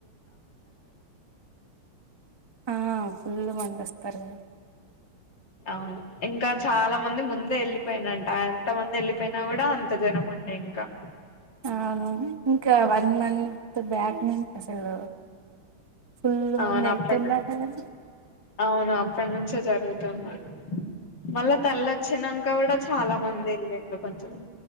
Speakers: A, on the right (about 25°); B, on the left (about 55°).
A: ఆ ఫుల్ మంది వస్తారు కదా
B: అవును ఇంకా చాలా మంది ముందే వెళ్ళిపోయినంట ఎంత మంది వెళ్ళిపోయినా కూడా అంత జనం ఉండే ఇంకా
A: అవును ఇంకా వన్ మంత్ బ్యాక్ నుంచి అసలు ఫుల్
B: అవును
A: మంది ఎళ్తుందట
B: అప్పటి
A: కదా
B: అవును అప్పటి నుంచే జరుగుతున్నాయి మళ్ళా తల్లిొచ్చానాక్క కూడా చాలా మంది వెళ్ళారు కొంచెం